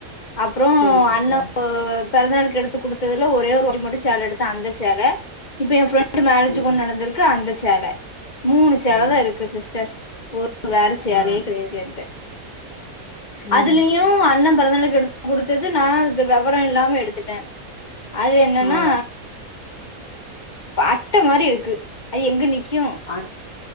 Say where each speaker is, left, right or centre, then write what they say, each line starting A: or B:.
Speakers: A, on the left; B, on the left.
A: அப்றோ
B: செரி சிஸ்டர்
A: அண்ண பெறந்த நாளுக்கு எடுத்து குடுத் ல ஒரே ஒரு வாட்டி மட்டு சேல எடுத்த அந்த சேல இப்ப என் ஃபிரெண்ட் மேரேஜ்
B: செரி
A: கொண்டு நடந்திருக்கு அந்த சேல மூணு சேல
B: ஆ
A: தா இருக்கு சிஸ்டர் ஒரு வேற சேலயே
B: ஆ
A: கெடையாது என்ட்ட
B: ம்
A: அதுலயு அண்ண பிறந்தநாளைக்கு எடுத்து குடுத்தது நா இந்த வெவர இல்லாம எடுத்துட்டே அது என்னன்னா
B: ஆ
A: பா அட்ட மாரி இருக்கு அது எங்க நிக்கு
B: அட்